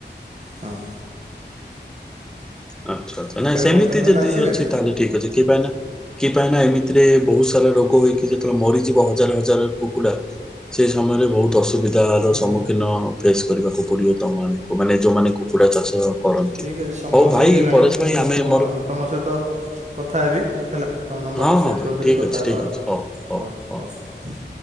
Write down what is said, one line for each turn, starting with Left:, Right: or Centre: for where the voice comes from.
Right: ହଁ।
Centre: ଆଚ୍ଛା ଆଚ୍ଛା
Right: କୁକୁଡ଼ା
Centre: ନାଇଁ ସେମିତି
Right: କମ୍ପାନୀ
Centre: ଯଦି
Right: ବାଲା ଆସିବେ
Centre: ଅଛି ତାହେଲେ ଠିକ ଅଛି କିଏ ପାଇଁ ନା କି ପାଇଁ ନା ଏମିତିରେ ବହୁତ ସାରା ରୋଗ ହେଇକି ଯେତେବେଳେ ମରିଯିବ ହଜାର ହଜାର କୁକୁଡା ସେଇ ସମୟରେ ବହୁତ ଅସୁ ସୁବିଧାର
Right: ହୁଁ
Centre: ସମ୍ମୁଖୀନ ଫେସ୍ କରିବାକୁ ପଡ଼ିବ ତମମାନଙ୍କୁ ମାନେ ଯେଉଁମାନେ କୁକୁଡ଼ା ଚାଷ କରନ୍ତି।
Right: ଠିକ୍ ଅଛି ସମୟ
Centre: ହଉ
Right: ତ
Centre: ଭାଇ
Right: ହେଇଗଲାଣି
Centre: ପରେଶ
Right: ମୁଁ
Centre: ଭାଇ ଆମେ ମୋର
Right: ଅ ତମ ସହିତ କଥା ହେବି ହେଲା ତମ ନମ୍ବରଟା
Centre: ହଁ
Right: ସେଭ୍
Centre: ହଁ ଭାଇ
Right: କରିଦେଲି
Centre: ଠିକ
Right: କଥା
Centre: ଅଛି
Right: ହେବା
Centre: ଠିକ
Right: ଆଉ
Centre: ଅଛି ହଉ ହଉ
Right: ହୋଉ
Centre: ହଉ।
Right: ହୋଉ।